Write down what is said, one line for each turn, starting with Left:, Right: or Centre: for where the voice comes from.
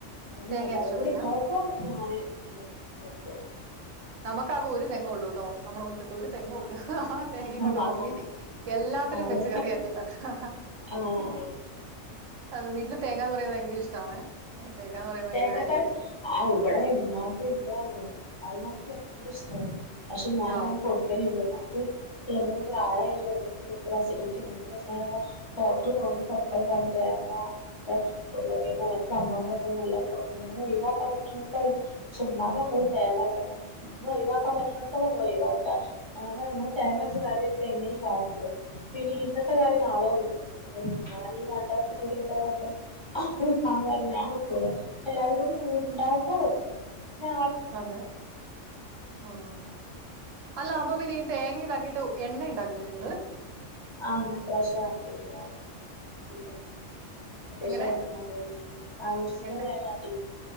Left: ല്ല
Right: തേങ്ങ
Left: എല്ലാരും
Right: അരച്ചോക്കില്ല
Left: കൂടിണ്ടാവുമ്പോ ഞാന് വെക്കും.
Right: നമുക്കാകെ ഒരു തെങ്ങേള്ളൂ ട്ടോ നമ്മടെ മുറ്റത്ത് ഒരു തെങ്ങൊള്ളു. തേങ്ങീം
Left: ആഹ്
Right: കൊണ്ട് മമ്മി എല്ലാത്തിലും
Left: ആഹ്
Right: വെച്ച് കറി അര്ച്ചിണ്ടാകും.
Left: ആഹ്
Right: അത് വീട്ടില് തേങ്ങാന്ന് പറയുന്നത് ഭയങ്കര ഇഷ്ടാണെ, തേങ്ങാന്ന് പറയുന്നത്
Left: തേങ്ങക്കറി
Right: ഭയങ്കര കാര്യാവീട്ട്ല്.
Left: ആ ഇവിടെ ഇമ്മാക്കും ൻ്റെ അമ്മായ്മാക്ക് ഭയങ്കരിഷ്ടാണ്. പക്ഷെ ഞാനങ്ങനെ
Right: ആഹ്
Left: കൊടുക്കലില്ല ഇമ്മാക്ക് പ്രായായി വര സൂപ്പർ അസിഡിറ്റിപ്രശ്നങ്ങളൊക്കെ. ഡോക്ടർ പോകുമ്പോ പ്രത്യേകംപറഞ്ഞ് തേങ്ങാ അങ്ങൻത്തെ ഉരുളക്കിഴങ്ങ് അങ്ങൻത്തെ സംഭവങ്ങ നല്ല ഒഴിവാക്കാ പറ്റ്ണോട്തോളം പക്ഷെ ഇമ്മാക്കെപ്പളും തേങ്ങര്ക്കണംന്നന്നെ. ഒഴിവാക്കാൻ പറ്റ്ണോട്ത്തോളം ഒഴിവാക്ക, നമ്മള് തേങ്ങര്ച്ച് കറി വെച്ച എങ്ങനിം ബാക്ക്യാവും. പിന്നെ ഇന്നത്തെ കറി നാളെ കൂട്ടോ. ഞാനീ കണ്ടതൊക്കെകൂടി എന്താകാട്ട. അപ്പൊ ഞാൻപറയും ഞാവെ കൂല, എല്ലാരും കൂടി കൂ ഇണ്ടാവുമ്പോ വെക്കും ഞാ
Right: അതെ ആഹ് അല്ല അപ്പൊ പിന്നെ ഈ തേങ്ങതാക്കീട്ട്. എണ്ണയുണ്ടാക്കൂലേ നിങ്ങള്.
Left: ആഹ് ഞാൻ ഇപ്രാവശ്യം ആട്ടീര്ന്ന്. <unintelligible> അത്യാവശ്യം
Right: എങ്ങനെ
Left: എണ്ണൊക്കെകിട്ടി, നാനൂറ്റിചില്ലാം
Right: എണ്ണ
Left: തേങ്ങാട്ടി.